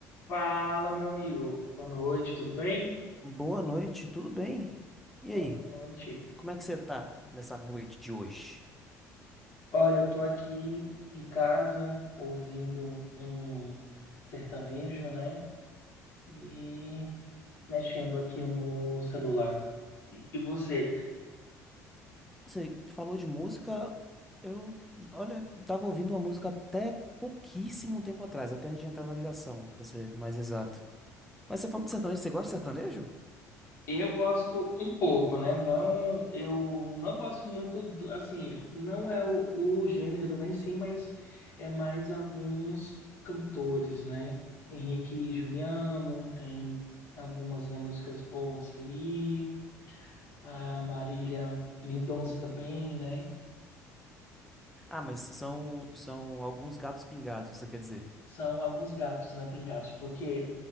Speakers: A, on the left; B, in the centre.
A: Fala, meu amigo. Boa noite, tudo bem?
B: Boa noite, tudo bem? E
A: Boa
B: aí,
A: noite.
B: como é que você tá nessa noite de hoje?
A: Olha, eu tô aqui em casa ouvindo um sertanejo, né? E mexendo aqui no celular. E e você?
B: Você falou de música, eu, olha, tava ouvindo uma música até pouquíssimo tempo atrás, até antes de entrar na ligação, pra ser mais exato. Mas você falou de sertanejo, você gosta de sertanejo?
A: Eu gosto um pouco, né? Não, eu não gosto muito, do- assim, não é o, o gênero nem sei, mas é mais alguns cantores, né? Henrique e Juliano, tem algumas, né, músicas boas ali. A Marília Mendonça também, né?
B: Ah, mas são, são alguns gatos pingados, você quer dizer?
A: São alguns gatos, né, pingados, porque